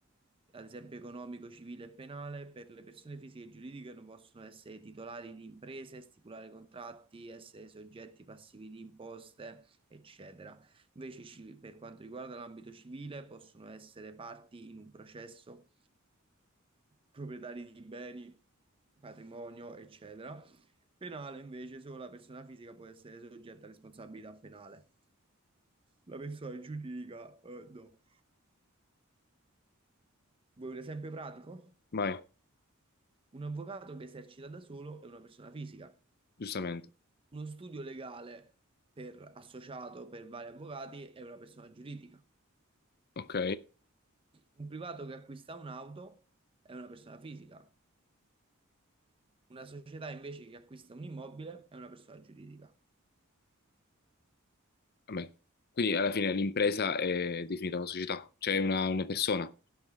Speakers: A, on the right; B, on the left.
A: ad esempio, economico, civile e penale. Per le persone fisiche e giuridiche non possono essere titolari di imprese, stipulare contratti, essere soggetti passivi di imposte, eccetera. Invece, ci- per quanto riguarda l'ambito civile, possono essere parti in un processo proprietari di beni, patrimonio, eccetera. Penale invece solo la persona fisica può essere soggetta a responsabilità penale. La persona giuridica, eh, no. Vuoi un esempio pratico?
B: Vai,
A: Un avvocato che esercita da solo è una persona fisica.
B: giustamente.
A: Uno studio legale per associato per vari avvocati è una persona giuridica.
B: Ok.
A: Un privato che acquista un'auto è una persona fisica. Una società invece che acquista un immobile è una persona giuridica.
B: Vabbè. Quindi alla fine l'impresa è definita una società, cioè una, una persona.